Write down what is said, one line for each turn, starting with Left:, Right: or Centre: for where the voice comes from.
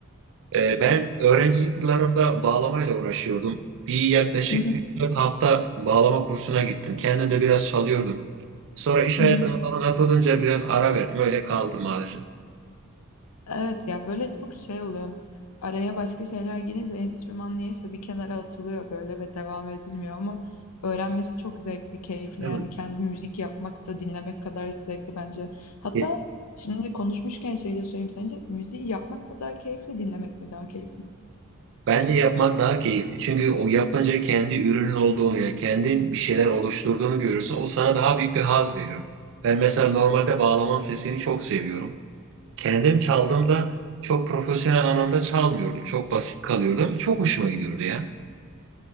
Right: Ee, ben öğrencilik yıllarımda bağlamayla uğraşıyordum. Bir yaklaşık
Left: Hı hı.
Right: üç dört hafta bağlama kursuna gittim. Kendim de biraz çalıyordum. Sonra iş
Left: Hı
Right: hayatına
Left: hı.
Right: falan atılınca biraz ara verdim. Öyle kaldı maalesef.
Left: Evet ya böyle çok şey oluyor. Araya başka şeyler girince enstrüman niyeyse bir kenara atılıyor böyle ve devam edilmiyor ama öğrenmesi çok zevkli, keyifli.
Right: Değil
Left: Yani
Right: mi?
Left: kendi müzik yapmak da dinlemek kadar zevkli bence. Hatta
Right: Kesin.
Left: şimdi konuşmuşken şey de söyleyeyim sence müziği yapmak mı daha keyifli, dinlemek mi daha keyifli?
Right: Bence yapmak daha keyifli. Çünkü o yapınca kendi ürünün olduğunu, yani kendin bir şeyler oluşturduğunu görürsün. O sana daha büyük bir haz veriyor. Ben mesela normalde bağlamanın sesini çok seviyorum. Kendim çaldığımda çok profesyonel anlamda çalmıyordum. Çok basit kalıyordu ama çok hoşuma gidiyordu ya.